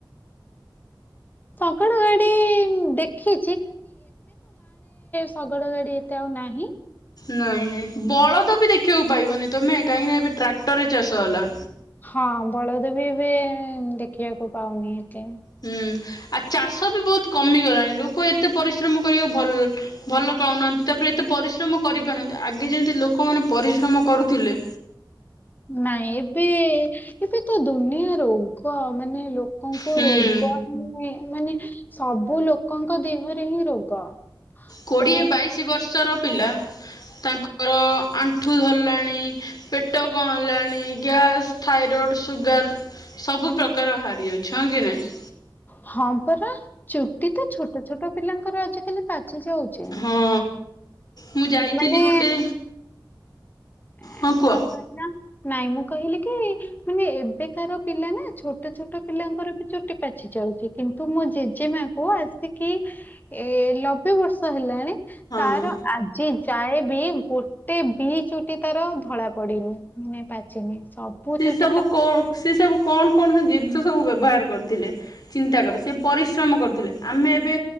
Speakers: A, on the left; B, on the left.
A: ଶଗଡ଼ ଗାଡି ଦେଖ ଶଗଡ଼ ଗାଡି ଏତେ ଆଉ ନାହିଁ।
B: ନାଇଁ ନାଇଁ ବଳଦ ବି ଦେଖିବାକୁ ପାଇବନି ତୁମେ କାହିଁକିନା ଏବେ ଟ୍ରାକ୍ଟରରେ ଚାଷ ହେଲା।
A: ହଁ ବଳଦ ବି ଏବେ ଦେଖିବାକୁ ପାଉନି ଏତେ।
B: ହୁଁ ଆଉ ଚାଷ ବି ବହୁତ କମିଗଲାଣି ଲୋକ ଏତେ ପରିଶ୍ରମ କରିବାକୁ ଭଲ ଭଲ ପାଉନାହାନ୍ତି ତାପରେ ଏ ଏତେ ପରିଶ୍ରମ କରିପାରୁ ନାହାନ୍ତି ଆଗେ ଯେମିତି ଲୋକମାନେ ପରିଶ୍ରମ କରୁଥିଲେ।
A: ନାଇଁ ଏବେ ଏବେ ତ ଦୁନିଆ ରୋଗ ମା ମାନେ ଲୋକଙ୍କୁ
B: ହୁଁ
A: ରୋଗ ହିଁ ମାନେ ସବୁ ଲୋକଙ୍କ ଦେହରେ ହିଁ ରୋଗ।
B: କୋଡ଼ିଏ
A: ତ
B: ବାଇଶ ବର୍ଷର ପିଲା ତାଙ୍କର ଆଣ୍ଠୁ ଧରିଲାଣି ପେଟ କଣ ହେଲଣି ଗ୍ୟାସ୍ ଥାଇରଡ଼ ବଡ଼ ସୁଗାର ସବୁ ପ୍ରକାର ବାହାରି ଯାଉଛି ହଁ କି ନାଇଁ।
A: ହଁ ପରା ଚୁଟି ତ ଛୋଟ ଛୋଟ ପିଲାଙ୍କର ଆଜିକାଲି ପାଚି ଯାଉଛି
B: ହଁ ମୁଁ ଯାଇଥିଲି
A: ମାନେ
B: ଗୋଟେ
A: ଏ
B: ହଁ କୁହ
A: କଣ କହିଲ? ନାଇଁ ମୁଁ କହିଲି କି ମାନେ ଏବେକାର ପିଲା ନା ଛୋଟ ଛୋଟ ପିଲାଙ୍କର ବି ଚୁଟି ପାଚି ଯାଉଛି କିନ୍ତୁ ମୋ ଜେଜେମା କୁ ଆସିକି ଏ ଲବେ ବର୍ଷ ହେଲାଣି ଟି
B: ହଁ
A: ତାର ଆଜି ଯାଏବି ଗୋଟେ ବି ଚୁଟି ତାର ଧଳା ପଡିନି ମାନେ ପାଚିନି।
B: ସେ
A: ଚୁଟି
B: ସବୁ
A: ତାର
B: କଣ ସ ସବୁ କଣ କଣ ଜିନିଷ ସବୁ ଵ୍ୟବ ବ୍ୟବହାର କରୁଥିଲେ ଚିନ୍ତା କର ସେ ପରିଶ୍ରମ କରୁଥିଲେ ଆମେ ଏବେ